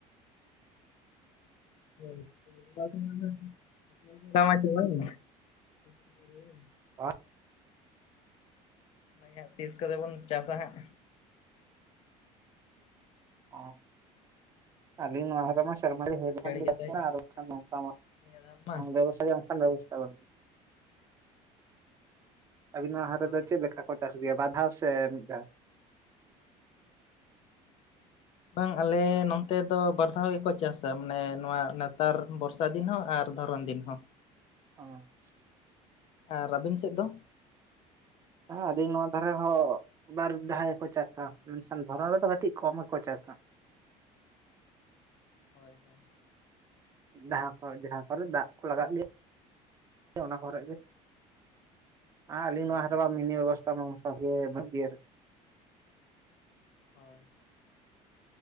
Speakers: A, on the left (about 45°); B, on the right (about 20°).
A: <unintelligible>
B: <unintelligible>
A: ᱚᱱᱟ ᱜᱮ ᱦᱟᱸᱜ ᱛᱤᱥ ᱠᱚᱛᱮ ᱵᱚᱱ ᱪᱟᱥᱟ ᱦᱟᱸᱜ
B: ᱚ ᱟᱞᱤᱧ ᱱᱚᱣᱟ ᱨᱮᱢᱟ ᱥᱮᱨᱢᱟ ᱨᱮ ᱦᱳᱭ
A: ᱫᱟᱜ
B: ᱞᱮᱱᱠᱷᱟᱱ
A: ᱡᱟᱹᱲᱤ
B: ᱜᱮ <unintelligible>
A: ᱠᱟᱛᱮ ᱪᱟᱵᱟ ᱠᱟᱛᱮ ᱱᱤᱭᱟᱹ ᱫᱷᱟᱣ ᱢᱟ
B: ᱚ ᱟᱵᱤᱱᱟᱜ ᱦᱟᱴ
A: ᱦᱳᱭ
B: ᱨᱮᱫᱚ ᱪᱮᱫ ᱞᱮᱠᱟ? ᱠᱚ ᱪᱟᱥ ᱜᱮᱭᱟ ᱵᱟᱨᱫᱷᱟᱣ ᱥᱮ ᱢᱤᱫ ᱫᱷᱟᱣ?
A: ᱵᱟᱝ ᱟᱞᱮ ᱱᱚᱱᱛᱮ ᱫᱚ ᱵᱟᱨ ᱫᱷᱟᱣ ᱜᱮᱠᱚ ᱪᱟᱥᱟ ᱢᱟᱱᱮ ᱱᱚᱣᱟ ᱱᱮᱛᱟᱨ ᱵᱚᱨᱥ ᱥᱟ ᱫᱤᱱ ᱦᱚᱸ ᱟᱨ ᱫᱷᱚᱨᱚᱱ ᱫᱤᱱ ᱦᱚᱸ᱾
B: ᱟᱪᱪᱷᱟ᱾
A: ᱟᱨ ᱟᱵᱤᱱ ᱥᱮᱫ ᱫᱚ?
B: ᱦᱮᱸ ᱟᱞᱤᱧ ᱱᱚᱣᱟ ᱫᱷᱟᱨᱮ ᱦᱚᱸ᱾ ᱵᱟᱨ ᱫᱷᱟᱣ ᱜᱮᱠᱚ ᱪᱟᱥᱟ ᱢᱮᱱᱠᱷᱟᱱ ᱫᱷᱚᱨᱚᱱ ᱨᱮᱫᱚ ᱠᱟᱹᱴᱤᱡ ᱠᱚᱢ ᱜᱮᱠᱚ ᱪᱟᱥᱟ᱾
A: ᱦᱳᱭ ᱦᱳᱭ᱾
B: ᱡᱟᱦᱟᱸ ᱠᱚ ᱡᱟᱦᱟᱸ ᱠᱚᱨᱮ ᱫᱟᱜ ᱠᱚ ᱞᱟᱜᱟᱜ
A: ᱩᱱ
B: ᱜᱮᱭᱟ᱾ ᱚᱱᱟ ᱠᱚᱨᱮᱜ ᱜᱮ ᱟᱨ ᱟᱞᱤᱧ ᱱᱚᱣᱟ
A: ᱦᱳᱭ
B: ᱫᱷᱟᱨᱮ ᱢᱟ ᱢᱤᱱᱤ
A: ᱦᱳᱭ
B: ᱵᱮᱵᱚᱥ <unintelligible> ᱜᱮ <unintelligible>
A: ᱦᱳᱭ᱾